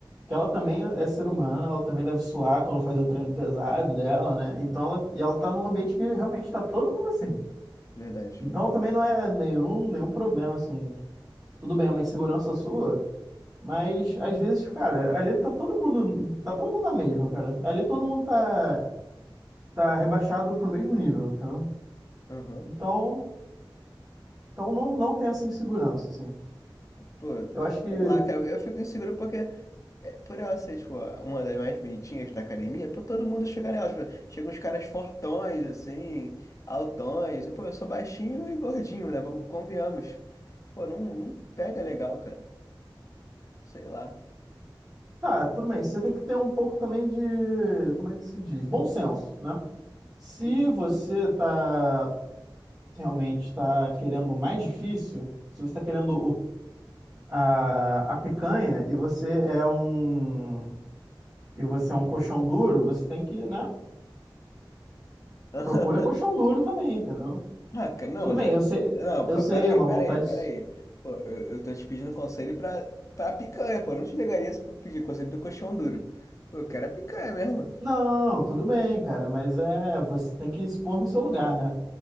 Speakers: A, on the right; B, on the left.
A: que ela também é ser humana, ela também deve suar quando faz o treino pesado dela, né? Então ela, e ela tá num ambiente que realmente tá todo mundo assim.
B: Verdade.
A: Então também não é nenhum, nenhum problema, assim. Tudo bem, é uma insegurança sua, mas às vezes, cara, ali tá todo mundo, tá todo mundo na mesma, cara. Ali todo mundo tá, tá rebaixado pro mesmo nível, entendeu?
B: Aham.
A: Então, então não, não tem essa insegurança, assim.
B: Pô, é,
A: Eu acho que
B: sei lá, cara, eu fico inseguro porque, é, por ela ser, tipo, a- uma das mais bonitinhas da academia, pô, todo mundo chega nela. Tipo, chegam uns caras fortões, assim, altões. E Pô, eu sou baixinho e gordinho, né? Vamos, convenhamos. Pô, não, não pega legal, cara. Sei lá.
A: Tá, tudo bem. Você tem que ter um pouco também de, como é que se diz? Bom senso, né? Se
B: Uhum.
A: você tá realmente tá querendo o mais difícil, se você tá querendo o- a, a picanha e você é um e você é um colchão duro, você tem que, né?
B: <laughs>
A: Procura colchão duro também, entendeu?
B: Ah, cara, não,
A: Tudo
B: mas.
A: bem,
B: é-
A: eu sei,
B: Não,
A: eu
B: pe-
A: sei,
B: peraí,
A: é uma
B: peraí,
A: vontade.
B: peraí. Pô, eu, eu tô te pedindo conselho pra, pra picanha, pô. Eu não te ligaria se pra pedir conselho do coxão duro. Pô, eu quero a picanha mesmo.
A: Não, tudo bem, cara, mas é, você tem que se pôr no seu lugar, né?